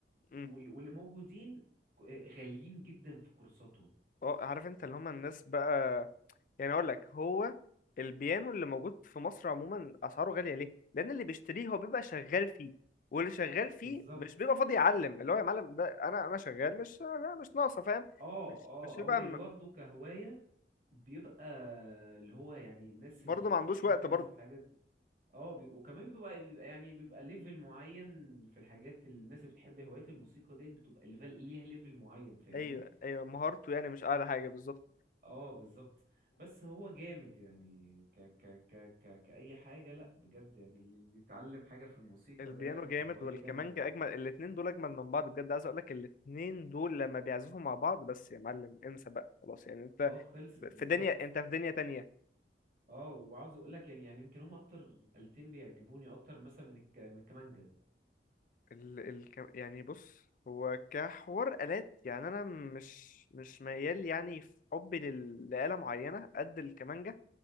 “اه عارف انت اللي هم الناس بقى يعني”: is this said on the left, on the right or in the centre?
Left